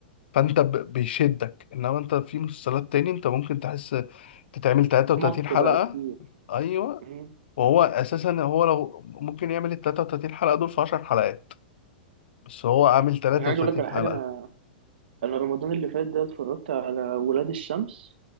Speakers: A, on the left; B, on the right.
A: فانت ب- بيشدك انما انت في مسلسلات تاني انت ممكن تحس تتعمل 33
B: مط بقى كتير
A: حلقه ايوه
B: امم
A: وهو اساسا هو لو ممكن يعمل ال 33 حلقه دول في 10 حلقات بس هو عامل 33
B: يعني عايز أقول لك على حاجة أنا
A: حلقه
B: أنا رمضان اللي فات ده اتفرجت على ولاد الشمس